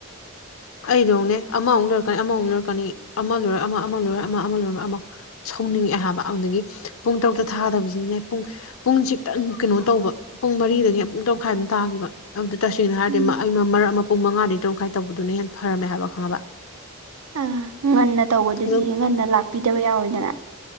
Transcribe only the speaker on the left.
ꯑꯩꯗꯧꯅꯦ ꯑꯃꯃꯨꯛ ꯂꯣꯏꯔꯛꯀꯅꯤ ꯑꯃꯃꯨꯛ ꯂꯔꯛꯀꯅꯤ ꯑꯃ ꯂꯣꯏꯔ ꯑꯃ ꯑꯃ ꯂꯣꯏꯔ ꯑꯃ ꯂꯣꯏꯔ ꯑꯃꯨꯛ ꯁꯧꯅꯤꯡꯉꯛꯑꯦ ꯍꯥꯏꯕ ꯑꯗꯨꯗꯒꯤ ꯄꯨꯡ ꯇꯔꯨꯛꯇ ꯊꯥꯒꯗꯕꯁꯤꯅꯅꯦ ꯄꯨꯡ ꯄꯨꯡ ꯈꯤꯛꯇꯪ ꯀꯩꯅꯣ ꯇꯧꯕ ꯄꯨꯡ ꯃꯔꯤꯗꯒꯤ ꯄꯨꯡ ꯇꯔꯈꯥꯏ ꯑꯗꯨꯝ ꯇꯥꯈꯤꯕ ꯑꯗꯨ ꯇꯁꯦꯡꯅ ꯍꯥꯏꯔꯗꯤ
ꯃꯔ ꯑꯃ ꯄꯨꯡ ꯃꯉꯥꯗꯒꯤ ꯇꯔꯈꯥꯏ ꯇꯧꯕꯗꯣ ꯑꯗꯨꯅ ꯍꯦꯟꯅ ꯐꯔꯝꯃꯦ ꯍꯥꯏꯕ ꯈꯪꯉꯕ
ꯑꯗꯨꯝ